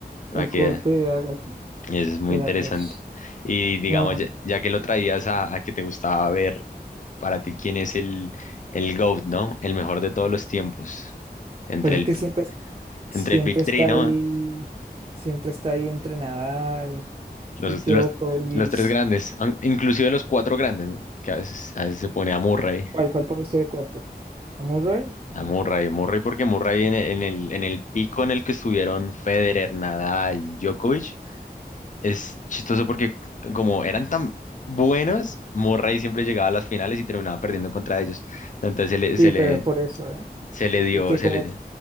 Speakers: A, on the right (about 35°); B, on the left (about 50°).
A: El
B: Va
A: golpe
B: que
A: de Agassi.
B: es muy
A: Vea,
B: interesante.
A: pues,
B: Y digamos,
A: no, no.
B: ya, ya que lo traías a, a que te gustaba ver Para ti, ¿quién es el, el GOAT, ¿no? El mejor de todos los tiempos. Entre
A: pero es
B: el,
A: que siempre, siempre
B: entre el Big
A: está
B: Three, ¿no?
A: ahí, siempre está ahí entre Nadal
B: Los,
A: y Djokovic.
B: los, los tres grandes, an- inclusive los cuatro grandes, ¿no? Que a veces, a veces se pone a Murray,
A: ¿Cuál, cuál pone usted de cuarto? ¿A Murray?
B: a
A: Eh,
B: Murray, Murray porque Murray en el, en el, en el pico en el que estuvieron Federer, Nadal, y Djokovic, es chistoso porque como eran tan buenos, Murray siempre llegaba a las finales y terminaba perdiendo contra ellos. Entonces se le,
A: Sí,
B: se
A: pero
B: le,
A: es por eso, ¿eh?
B: se le dio,
A: Es que
B: se
A: como,
B: le...